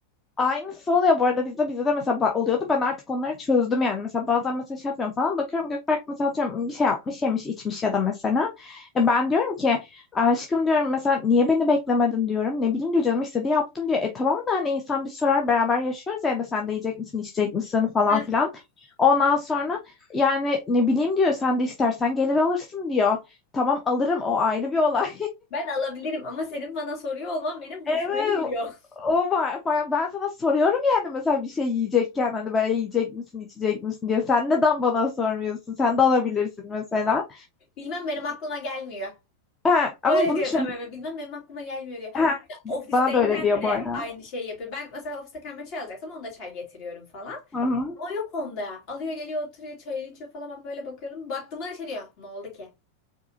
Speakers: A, on the left (about 15°); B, on the left (about 40°).
A: Aynısı oluyor bu arada bizde bizde de mesela ba- oluyordu. Ben artık onları çözdüm yani. Mesela bazen mesela şey yapıyorum falan bakıyorum Gökberk mesela atıyorum bir şey yapmış yemiş içmiş ya da mesela. E ben diyorum ki aşkım diyorum mesela niye beni beklemedin diyorum. Ne bileyim diyor canım istedi yaptım diyor. E tamam da hani insan bir sorar beraber yaşıyoruz ya da sen de yiyecek misin içecek misin falan
B: <laughs> Heh,
A: filan. Ondan sonra yani ne bileyim diyor sen de istersen gelir alırsın diyor. Tamam alırım o ayrı bir olay.
B: Ben alabilirim ama senin bana soruyor olman benim
A: Evet
B: hoşuma gidiyor.
A: o var. falan. Ben sana soruyorum yani mesela bir şey yiyecekken hani böyle yiyecek misin içecek misin diye. Sen neden bana sormuyorsun? Sen de alabilirsin mesela.
B: <laughs> Bilmem benim aklıma gelmiyor.
A: Ha, ama
B: Böyle
A: bunu
B: diyor
A: çöz...
B: tam eve. Bilmem benim aklıma gelmiyor diyor.
A: Ha,
B: Ofisteyken
A: bana da öyle diyor
B: de
A: bu arada.
B: aynı şeyi yapıyor. Ben mesela ofiste kendime çay alacaksam onu da çay getiriyorum falan.
A: Hı hı.
B: O yok onda. Alıyor geliyor oturuyor çayını içiyor falan. Ben böyle bakıyorum. Baktığımda da şey diyor. Ne oldu ki?